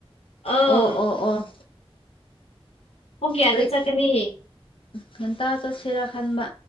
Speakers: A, on the left (about 75°); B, on the left (about 55°).
A: ꯑꯥ
B: ꯑꯣ ꯑꯣ ꯑꯣ
A: ꯍꯨꯡ ꯀꯌꯥꯗ
B: ꯇꯔꯤꯛ
A: ꯆꯀꯅꯤ
B: ꯉꯟꯇꯥ ꯆꯠꯁꯤꯔꯥ ꯈꯟꯕ